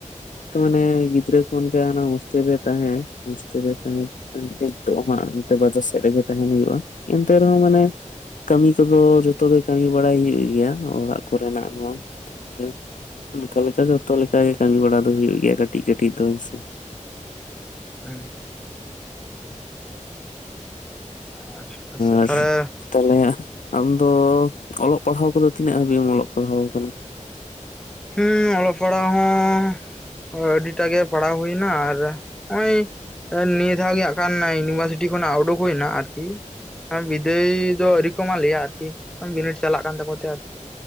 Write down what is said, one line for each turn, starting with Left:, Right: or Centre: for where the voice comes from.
Left: ᱛᱚ ᱚᱱᱮ ᱜᱤᱫᱽᱨᱟᱹ ᱠᱷᱚᱱ ᱜᱮ ᱦᱟᱸᱱᱟ ᱦᱚᱥᱴᱮᱞ ᱨᱮ ᱛᱟᱦᱮᱸ ᱦᱚᱥᱴᱮᱞ ᱨᱮ ᱛᱟᱦᱮᱸ ᱱᱤᱛᱚᱜ ᱦᱟᱸᱜ ᱵᱟᱡᱟᱨ ᱥᱮᱜ ᱨᱮᱜᱮ ᱛᱟᱦᱮᱸᱱ ᱦᱩᱭᱩᱜᱼᱟ ᱮᱱᱛᱮ ᱨᱮᱦᱚᱸ ᱢᱟᱱᱮ- ᱠᱟᱹᱢᱤ ᱠᱚᱫᱚ ᱡᱚᱛᱚ ᱜᱮ ᱠᱟᱹᱢᱤ ᱵᱟᱲᱟᱭ ᱦᱩᱭᱩᱜ ᱜᱮᱭᱟ ᱚᱲᱟᱜ ᱠᱚᱨᱮᱱᱟᱜ ᱦᱚᱸ ᱾ ᱨᱮ ᱚᱱᱠᱟ ᱞᱮᱠᱟ ᱡᱚᱛᱚ ᱞᱮᱠᱟᱜᱮ ᱜᱮ ᱠᱟᱹᱢᱤ ᱵᱟᱲᱟ ᱫᱚ ᱦᱩᱭᱩᱜ ᱜᱮᱭᱟ ᱠᱟᱹᱴᱤᱡ ᱠᱟᱹᱴᱤᱡ ᱫᱚ ᱦᱮᱸᱥᱮ
Centre: ᱦᱩᱸᱻ, ᱟᱨ ᱟᱪᱪᱷᱟ
Left: ᱟᱨ
Centre: ᱛᱟᱦᱚᱞᱮ
Left: ᱛᱟᱦᱚᱞᱮ ᱟᱢ ᱛᱚ ᱚᱞᱚᱜ ᱯᱟᱲᱦᱟᱣ ᱠᱚᱫᱚ ᱛᱤᱱᱟᱹᱜ ᱦᱟᱹᱵᱤᱡ ᱮᱢ ᱚᱞᱚᱜ ᱯᱟᱲᱦᱟᱣ ᱠᱟᱱᱟ?
Centre: ᱦᱩᱸ ᱚᱞ ᱯᱟᱲᱟᱣ ᱦᱚᱸ ᱟᱹᱰᱤᱴᱟ ᱜᱮ ᱯᱟᱲᱦᱟᱣ ᱦᱩᱭᱱᱟ ᱟᱨ ᱱᱚᱜᱼᱚᱭ ᱟᱨ ᱱᱤᱭᱟᱹ ᱫᱷᱟᱣ ᱜᱮ ᱦᱟᱜ ᱠᱷᱟᱱ ᱤᱭᱩᱱᱤᱵᱷᱟᱨᱥᱤᱴᱤ ᱠᱷᱚᱱᱟᱜ ᱩᱰᱩᱠ ᱦᱩᱭᱱᱟ ᱟᱨᱠᱤ ᱟᱨ ᱵᱤᱫᱟᱹᱭ ᱫᱚ ᱟᱹᱣᱨᱤ ᱠᱚ ᱮᱢᱟᱞᱮᱭᱟ ᱟᱨᱠᱤ ᱵᱤᱱᱤᱴ ᱪᱟᱞᱟᱜ ᱠᱟᱱ ᱛᱟᱠᱚ ᱛᱮ ᱟᱨᱠᱤ